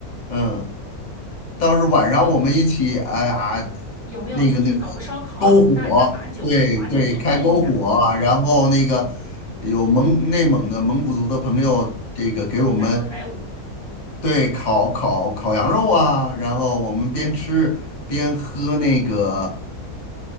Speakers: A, on the left (about 45°); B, on the right (about 30°).
A: 嗯。倒是晚上我们一起，哎呀，
B: 有没有就是搞个烧烤，
A: 那个那个篝火，
B: 然后大家把酒把酒言欢一下，
A: 对对，开篝火，然后那个
B: 嗯，
A: 有蒙内蒙的蒙古族的朋友，这个给我们
B: 载歌载舞。
A: 对烤烤烤羊肉啊，然后我们边吃边喝那个